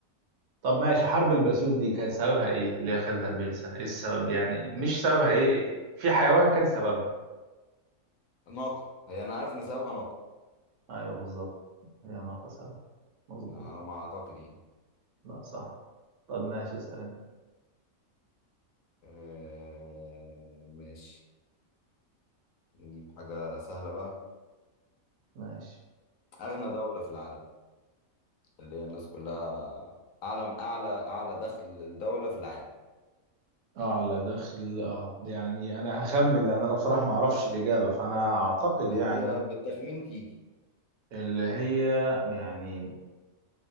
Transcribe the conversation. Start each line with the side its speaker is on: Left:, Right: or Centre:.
Right: طب ماشي حرب البسوس دي كان سببها ايه اللي هي خلت 40 سنة ايه السبب يعني مش سببها ايه في حيوان كان سببها
Left: ناقة هي أنا عارف إن سببها ناقة
Right: ايوه بالظبط هي ناقص هذا مظبوط
Left: على ما أعتقد يعني
Right: لا صح طب ماشي اسأل انت
Left: آه ماشي نجيب حاجة سهلة بقى
Right: ماشي
Left: أغنى دولة في العالم اللي هي الناس كلها أعلى أعلى أعلى دخل الدولة في العالم
Right: أعلى دخل أع- يعني أنا هخمن لأن أنا بصراحة ما أعرفش الإجابة فأنا أعتقد يعني
Left: هي بالتخمين تيجي
Right: اللي هي يعني